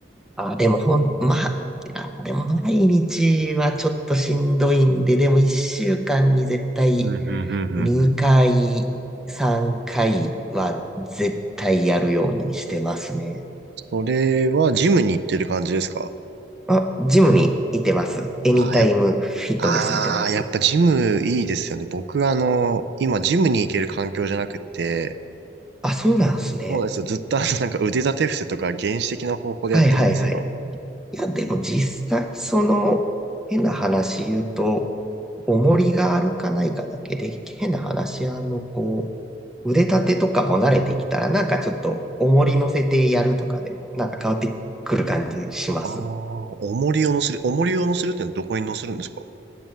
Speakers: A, in the centre; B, on the right.
A: あ、でもほん、まあ、いやでも毎日はちょっとしんどいんで、でも一週間に絶対
B: うん、うん、うん、うんうん。
A: 2回、3回は絶対やるようにしてますね。
B: それはジムに行ってる感じですか
A: あ、ジムに行ってます。エニタイムフィットネス行ってます。
B: あーやっ、あーやっぱジムいいですよね。僕あの、今ジムに行ける環境じゃなくて、
A: あ、そうなんですね。
B: そうなんですよ。ずっとあの、なんか腕立て伏せとか原始的な方法でやってるんですよ。
A: はいはいはい。いや、でも実際、その、変な話言うと、重りがあるかないかだけで、変な話、あの、こう、腕立てとかも慣れてきたら、なんかちょっと、重り乗せてやるとかでも、なんか変わってくる感じします。
B: ああ、重りを乗せる、重りを乗せるってのはどこに乗せるんですか